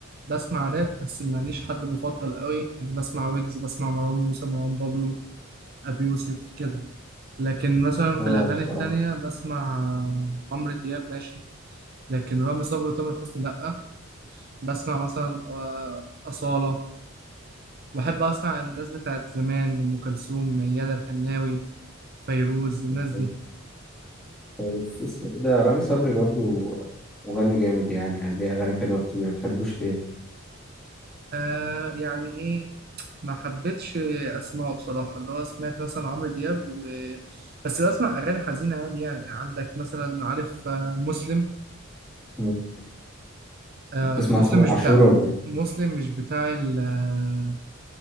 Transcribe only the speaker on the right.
بسمع راب بس ماليش حد مفضل قوي يعني بسمع ويجز بسمع مروان موسى مروان بابلو ابي يوسف كده لكن مثلا
في الأغاني
التانية بسمع عمرو دياب ماشي لكن رامي صبري وتامر حسني لأ بسمع مثلا آه، أصالة وأحب أسمع الناس بتاعت زمان أم كلثوم ميادة الحناوي فيروز الناس
دي
آه يعني إيه ما حبيتش أسمعه بصراحة اللي هو سمعت مثلا عمرو دياب و... بس بسمع أغاني حزينة عادي يعني عندك مثلا عارف آه، مسلم
آه
مسلم
مش
بتاع
مسلم مش بتاع ال آه،